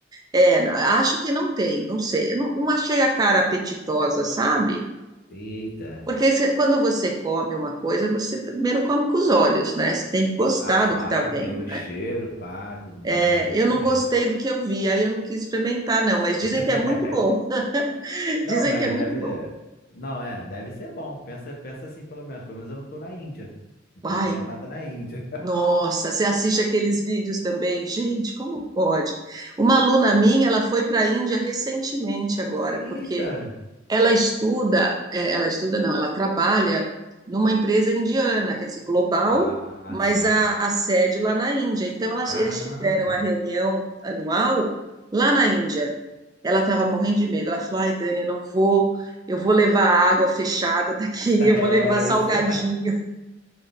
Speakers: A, on the right (about 20°); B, on the left (about 50°).
A: É, n- acho que não tem, não sei. Eu não, não achei a cara apetitosa, sabe?
B: Eita.
A: Porque se- quando você come uma coisa, você primeiro come com os olhos, né? Você tem que gostar
B: Ah, claro,
A: do que está vendo,
B: tem o
A: né?
B: cheiro, pá, tudo mais,
A: É,
B: isso
A: eu não
B: mesmo.
A: gostei do que eu vi, aí eu não quis experimentar, não, mas dizem
B: <laughs>
A: que é muito bom. <laughs>
B: Não,
A: Dizem
B: mas
A: que é muito
B: deve.
A: bom.
B: Não, é, deve ser bom. Pensa, pensa assim, pelo menos. Pelo menos eu não tô na Índia. Não
A: Ai,
B: tô comendo nada na Índia.
A: Nossa, você assiste aqueles vídeos também? Gente, como pode? Uma aluna minha, ela foi para a Índia recentemente agora,
B: <laughs> Eita!
A: porque ela estuda, eh, ela estuda não, ela trabalha numa empresa indiana, quer dizer, global,
B: Ah,
A: mas
B: sim,
A: a,
B: sim.
A: a sede lá na Índia. Então, elas-
B: Caramba!
A: eles tiveram a reunião anual lá na Índia. Ela estava morrendo de medo. Ela falou: Ai, Dani, eu não vou, eu vou levar água fechada daqui,
B: <laughs>
A: eu
B: É
A: vou levar salgadinho.
B: isso. <laughs>